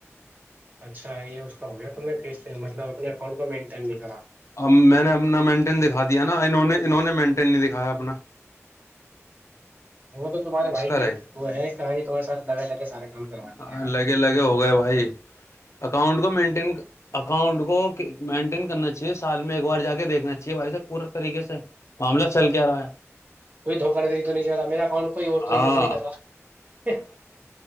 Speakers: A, on the right (about 35°); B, on the left (about 65°).
A: اچھا یہ اس کا ہو گیا تمس مطلب اپنے اکاؤنٹ کو مینٹین نہیں کرا
B: اب میں نے اپنا مینٹین دکھا دیا نا انہوں نے انہوں نے مینٹین نہیں دکھایا اپنا
A: وہ تو تمہارے بھائی
B: اس کا
A: کی
B: رہ
A: وہ ہے کہانی تمہارے ساتھ لگا لگے سارے کام کروانی
B: گیا
A: ہے یار
B: لگے لگے ہو گئے بھائی اکاؤنٹ کو مینٹین اکاؤنٹ کو مینٹین کرنا چاہ اے سال میں ایک بار جا کے دیکھنا چاہیے بھائی سب پورا طریقے سے <unintelligible> کیا رہا ہے
A: کوئی دھوکہ د دری تو نہیں چل رہا میرا اکاؤنٹ کوئی اور تو
B: ہاں
A: یوز نہیں کر رہا